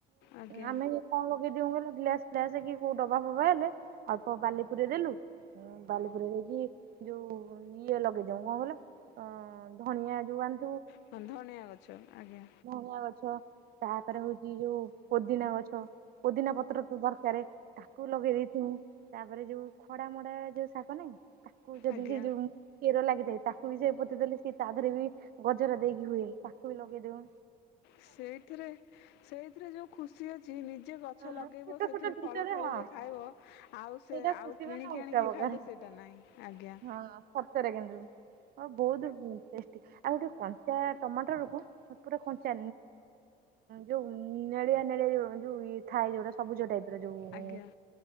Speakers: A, on the left; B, on the right.
A: ଆଜ୍ଞା
B: ଆମେ ଯେ କଣ ଲ ଦିଦୀ କନ୍ କହିଲ ଗ୍ଲାସ ଫ୍ଲାସ କି କୋଉ ଡବା ଫବାହେଲେ ଅଳ୍ପ ବାଲିପୁରେଇ ଦେଲୁ ବାଲିପୁରେଇ ଦେଇକି ଯୋଉ ଇଏ ଲଗେଇଦଉ କଣ କହିଲେ ଏଁ ଧନିଆ ଯେଉ ଆଣି
A: ହଁ ଧନିଆ ଗଛ ଆଜ୍ଞା।।
B: ଧଣିଆ ଗଛ ତାପରେ ହଉଛି ଯୋଉ ପୋଦିନା ଗଛ ପୋଦିନା ପତ୍ର ତ ଦରକାର ତାକୁ ଲଗେଇ ଦେଇଥଉ ତାପରେ ଯୋଉ ଖଡା ମଡା ଯୋଉ ଶାଗ ନାଇଁ ତାକୁ ଯଦି
A: ଆଜ୍ଞା
B: ସେ ଯୋଉ କ୍ଷୀର ଲାଗି ତାକୁ ବି ସେ ପତି ଦେଲେ ସେ ତା ଦେହରେ ବି ଗଜରା ଦେଇକି ହୁଏ ତାକୁ ବି ଲଗେଇ ଦବ
A: ସେଇଥିରେ ସେଇଥିରେ ଯୋଉ ଖୁସି ଅଛି ନିଜ ଯେ ଗଛ
B: ହଁ
A: ଲଗେଇବ
B: ଛୋଟ
A: ସେଥିରୁ
B: ଛୋଟ ଜିନିଷରେ
A: ଫଳ ଫଳିଲେ
B: ହଁ
A: ଖାଇବ ଆଉ
B: ସେଇଟା
A: ସେ ଆଉ
B: ଖୁସି
A: କିଣିକି
B: ମାନେ ଅଲଗା
A: ଆଣିକି
B: ପ୍ରକାର।
A: ଖାଇଲେ ସେଇଟା ନାହିଁ ଆଜ୍ଞା।
B: ହଁ କିନ୍ତୁ ବହୁତ ଟେଷ୍ଟି ଆଉ ଗୋଟେ କଞ୍ଚା ଟମାଟର ରକୁ ପୁରା କଞ୍ଚା ଯୋଉ ନେଳିଆ ନେଳିଆ ଯୋଉ ଇଏ ଥାଏ ଯୋଟା ସବୁଜ ଟାଇପ୍ ର ଯୋଉ
A: ଆଜ୍ଞା